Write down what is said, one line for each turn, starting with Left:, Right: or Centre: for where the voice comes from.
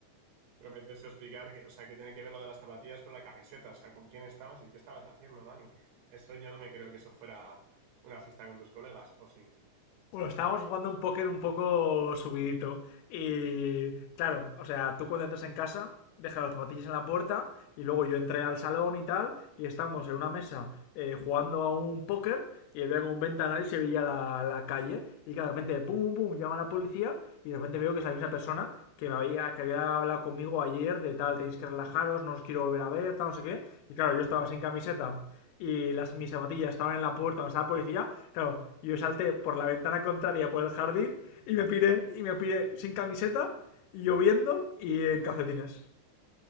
Right: Pero me tienes que explicar que, o sea, que tiene que ver lo de las zapatillas con la camiseta, o sea, con quién estabas y qué estabas haciendo, Dani. Eso yo no me creo que eso fuera una fiesta con tus colegas, ¿o sí?
Left: Bueno, estábamos jugando un póker un poco subidito. Y claro, o sea, tú cuando entras en casa, dejas las zapatillas en la puerta y luego yo entré al salón y tal, y estamos en una mesa eh, jugando a un póker y había como un ventanal y se veía la, la calle. Y que de repente, pum, pum, llama la policía y de repente veo que es la misma persona que, me había, que había hablado conmigo ayer de tal, tenéis que relajaros, no os quiero volver a ver, tal, no sé qué. Y claro, yo estaba sin camiseta y las, mis zapatillas estaban en la puerta donde estaba la policía, claro, yo salté por la ventana contraria por el jardín y me piré, y me piré sin camiseta, lloviendo y en calcetines.